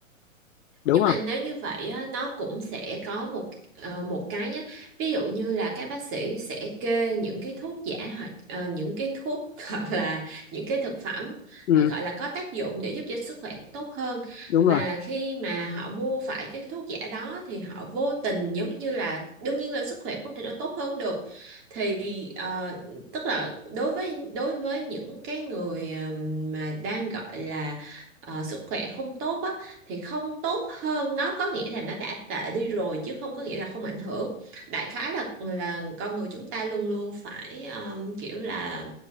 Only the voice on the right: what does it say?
Nhưng
mà nếu như vậy á, nó cũng sẽ có một ờ, một cái nhé. Ví dụ như là các bác sĩ sẽ kê những cái thuốc giả hoặc ờ, những cái thuốc <laughs> hoặc là những cái thực phẩm
ờ, gọi là có tác dụng để giúp cho sức khỏe tốt hơn.
Và
khi mà họ mua phải cái thuốc giả đó thì họ vô tình giống như là đương nhiên là sức khỏe không thể nào tốt hơn được. Thì ờ, tức là đối với đối với những cái người ờ, mà đang gọi là ờ, sức khỏe không tốt á thì không tốt hơn nó có nghĩa là nó đã tệ đi rồi chứ không có nghĩa là không ảnh hưởng đại khái là là con người chúng ta luôn luôn phải um, kiểu là